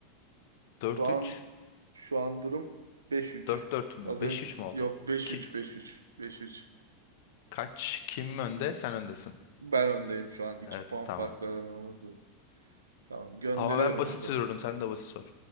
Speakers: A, on the left; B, on the right.
A: Dört
B: Şu an
A: üç,
B: şu an durum beş üç
A: dört dört mü?
B: Az
A: Beş
B: önce
A: üç mü oldu?
B: yok beş
A: Ki,
B: üç beş üç beş üç
A: kaç? Kim önde? Sen öndesin.
B: Ben öndeyim şu an. iki
A: Evet,
B: puan
A: tamam.
B: fark var aramızda. Tamam gönderiyorum
A: Ama ben basit
B: o zaman.
A: soruyorum, sen de basit sor.